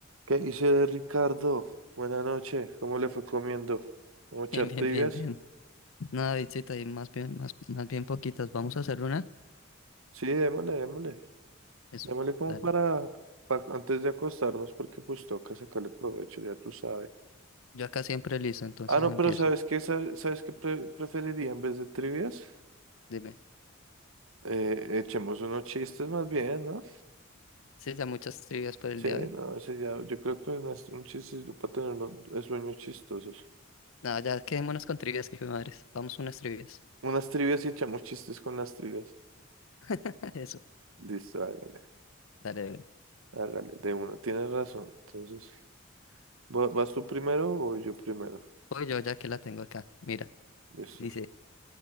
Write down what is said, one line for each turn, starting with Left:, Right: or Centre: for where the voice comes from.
Right: ¿Qué dice Ricardo? Buenas noches, ¿cómo le fue comiendo? ¿Vamos
Left: <laughs>
Right: a echar
Left: Bien, bien,
Right: trivias?
Left: bien, bien. Nada Davidcita, y más bien, más, más bien poquitas. ¿Vamos a hacer una?
Right: Sí, démosle, démosle.
Left: Eso,
Right: Démosle como
Left: dale.
Right: para, pa- antes de acostarnos, porque pues toca sacarle provecho, ya tú sabes.
Left: Yo acá siempre listo, entonces
Right: Ah, no,
Left: empiezo.
Right: pero ¿sabes qué? ¿Sab- ¿Sabes qué pre- preferiría en vez de trivias?
Left: Dime.
Right: Eh, echemos unos chistes más bien, ¿no?
Left: Sí, ya muchas trivias por el
Right: Sí,
Left: día de
Right: no,
Left: hoy.
Right: ese ya, yo creo que unas- un chiste para tener unos eh, sueños chistosos.
Left: No, ya quedémonos con trivias, que hijo de madres. Vamos unas trivias.
Right: Unas trivias y echamos chistes con las trivias.
Left: <laughs> Eso,
Right: Listo, hágale,
Left: dale, dale.
Right: hágale, de uno, tienes razón, entonces. ¿Va- ¿Vas tú primero o yo primero?
Left: Voy yo ya que la tengo acá. Mira,
Right: Listo.
Left: dice,